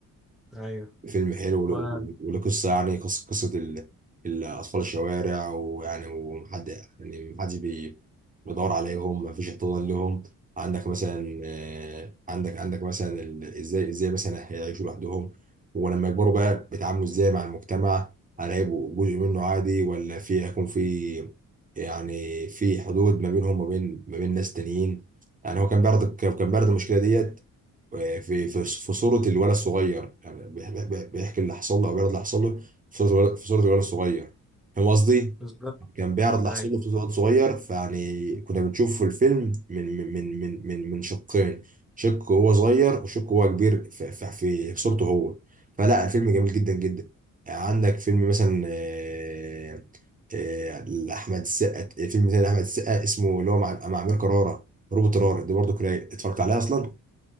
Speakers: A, in the centre; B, on the right.
A: أيوة
B: فيلم حلو ول-
A: و-
B: وله قصة يعني قصة قصة ال- الأطفال الشوارع ويعني ومحد يعني محدش بي- بيدور عليهم مفيش احتضان لهم عندك مثلا آه، عندك عندك مثلا ال- ازاي ازاي مثلا هيعيشوا لوحدهم ولما يكبروا بقى بيتعاملوا ازاي مع المجتمع هل هيبقوا جزء منه عادي ولا في هيكون في يعني في حدود ما بينهم وما بين ما بين ناس تانيين يعني هو كان بيعرض كان بيعرض المشكلة ديت في في في صورة الولد الصغير يعني بيح- بيح- بيحكي اللي حصل له أو بيعرض اللي حصل له في صورة الولد في صورة الولد الصغير فاهم قصدي؟
A: بالظبط
B: كان بيعرض اللي
A: أيوة
B: حصل له في صورة الولد الصغير فيعني كنا بنشوف في الفيلم من من من من من من شقين شق هو صغير وشق هو كبير في, في, في صورته هو فلا الفيلم جميل جدا جدا يعني عندك فيلم مثلا آه، آه، لأحمد السقا فيلم تاني لأحمد السقا اسمه اللي هو مع مع أمير كرارة روبوت رارة دي برضه كرايك اتفرجت عليها أصلا؟